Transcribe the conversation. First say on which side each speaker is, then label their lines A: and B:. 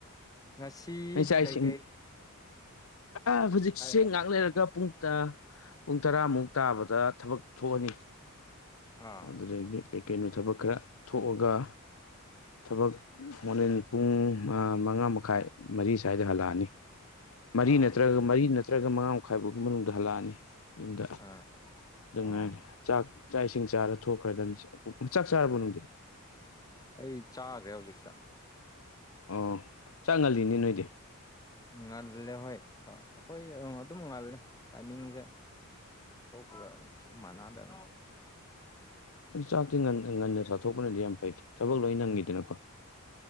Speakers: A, on the left; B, on the left.
A: ꯉꯁꯤ
B: ꯅꯪ ꯆꯥꯛ
A: ꯀꯩꯀꯩ
B: ꯏꯁꯤꯡ ꯑꯥ ꯍꯨꯖꯤꯛꯁꯦ
A: ꯍꯥꯏ
B: ꯉꯥꯛ ꯂꯩꯔꯒ ꯄꯨꯡ ꯇ ꯄꯨꯡ ꯇꯔꯥꯃꯨꯛ ꯇꯥꯕꯗ ꯊꯕꯛ ꯊꯣꯛꯑꯅꯤ
A: ꯑꯥ
B: ꯑꯗꯨꯗꯒꯤ ꯀꯩꯀꯩꯅꯣ ꯊꯕꯛ ꯈꯔ ꯊꯣꯛꯑꯒ ꯊꯕꯛ ꯍꯣꯔꯦꯟ ꯄꯨꯡ ꯑꯥ ꯃꯉꯥ ꯃꯈꯥꯏ ꯃꯔꯤ ꯁ꯭ꯋꯥꯏꯗ ꯍꯜꯂꯛꯑꯅꯤ <inaudible> ꯃꯔꯤ
A: ꯑꯥ
B: ꯅꯠꯇ꯭ꯔꯒ ꯃꯔꯤ ꯅꯠꯇ꯭ꯔꯒ ꯃꯉꯥ ꯃꯈꯥꯏ ꯐꯥꯎꯒꯤ ꯃꯅꯨꯡꯗ ꯍꯜꯂꯛꯑꯅꯤ ꯌꯨꯝꯗ
A: ꯑꯥ
B: ꯑꯗꯨ
A: ꯑꯥ
B: ꯉꯥꯏꯔꯦ ꯆꯥꯛ ꯆꯥꯛ ꯏꯁꯤꯡ ꯆꯥꯔꯥ ꯊꯣꯛꯈ꯭ꯔꯗꯝꯅꯤ ꯁꯤ ꯎꯝ ꯆꯥꯛ ꯆꯥꯔꯕꯣ ꯅꯪꯗꯤ
A: ꯑꯩ ꯆꯥꯒ꯭ꯔꯦ ꯍꯧꯖꯤꯛꯇ
B: ꯑꯣ ꯆꯥꯛ ꯉꯜꯂꯤꯅꯦ ꯅꯣꯏꯗꯤ
A: ꯉꯜꯂꯦ ꯍꯣꯏ ꯊꯥ ꯑꯩꯈꯣꯏ ꯑ ꯑꯗꯨꯝ ꯉꯜꯂꯦ ꯇꯥꯏꯃꯤꯡꯁꯦ ꯇꯣꯄꯒ ꯈꯤꯠ ꯃꯥꯟꯅꯗꯕꯅꯤ
B: ꯆꯥꯛꯇꯤ ꯉꯟ ꯉꯟꯅ ꯆꯥꯊꯣꯛꯄꯅꯗꯤ ꯌꯥꯝ ꯐꯩꯗ ꯊꯕꯛ ꯂꯣꯏ ꯅꯪꯉꯤꯗꯅꯀꯣ